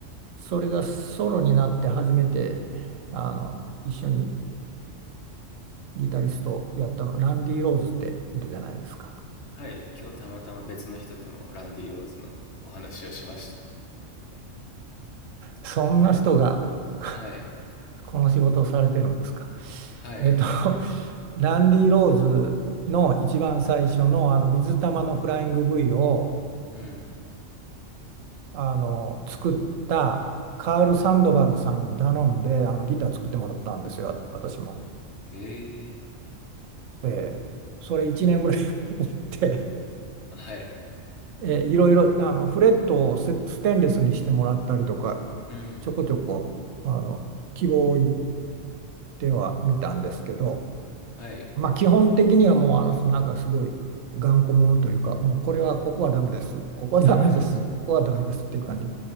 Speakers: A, on the right (about 80°); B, on the left (about 60°).
A: それがソロになって初めてあの一緒にギタリストをやったのランディ・ローズっているじゃないですか。
B: はい、今日たまたま別の人ともランディ・ローズのお話をしました。
A: そんな人が <laughs>
B: はい、
A: この仕事をされてるんですか。
B: はい、
A: えっとランディ・ローズの一番最初のあの水玉のフライング V を
B: うん、
A: あの作ったカール・サンドバルさんに頼んであのギター作ってもらったんですよ、私も。
B: へえ、
A: ええそれ1年ぐらいやって
B: はい、
A: えーいろいろあのフレットをスステンレスにしてもらったりとか
B: うん、
A: ちょこちょこあの希望を言ってはみたんですけど、
B: はい、
A: まあ、基本的にはもうあのなんかすごい頑固者というかもうこれはここはダメですここはダメですここはダメですっていう感じ
B: うん、